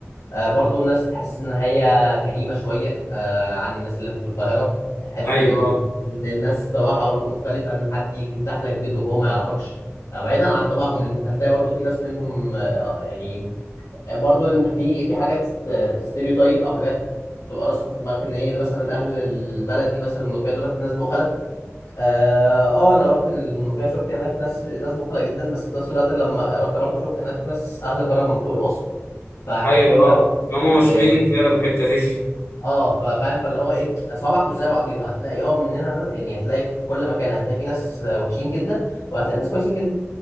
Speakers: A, on the left (about 80°); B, on the left (about 60°).
A: آه، برضو الناس تحس إن هي كريمة شوية آه، عن الناس اللي في القاهرة حتة
B: ايوه
A: إن أنت
B: اه.
A: إن الناس طباعها برضو مختلفة إن حد يجي يفتح لك بيته وهو ما يعرفكش آه، بعيدا عن طباعهم إن أنت هتلاقي برضو في ناس منهم آه، يعني برضو أنت في في حاجات ستيريوتايب أو حاجات بتبقى راسخة في دماغك إن إيه مثلا أهل البلد دي مثلا المنوفية دولت ناس بخلة اه آه، انا رحت المنوفيه شفت هناك ناس ناس بخله جدا بس في نفس الوقت لما رحت برضو شفت هناك ناس اهل كرم من فوق الوصف فحته
B: ايوه
A: انت
B: اه
A: ب-
B: هم مشهورين
A: ب-
B: زياده بالحته دي
A: اه ف- فاهم فاللي هو ايه صوابعك مش زي بعضيها هتلاقي اه مننا نا- يعني هتلاقي في كل مكان هتلاقي في ناس وحشين جدا وهتلاقي ناس كويسين جدا